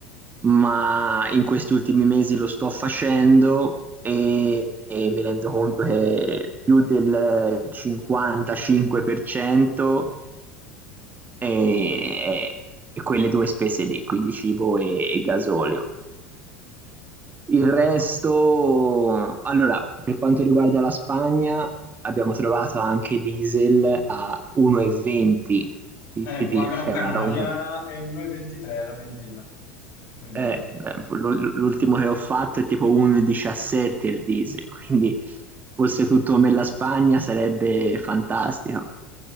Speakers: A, on the right; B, on the left.
A: ma in questi ultimi mesi lo sto facendo e, e mi rendo conto che più del 55% e, e quelle due spese lì, quindi cibo e, e gasolio. Il
B: Ma-
A: resto, allora, per quanto riguarda la Spagna, abbiamo trovato anche diesel a 1,20. Ti,
B: Ecco,
A: ti dico,
B: a Gran
A: c'è
B: Canaria
A: una roba-
B: è 1,23 la benzina, quindi
A: eh, l'u- l'ultimo che ho fatto è tipo 1,17 il diesel, quindi fosse tutto come la Spagna sarebbe fantastico.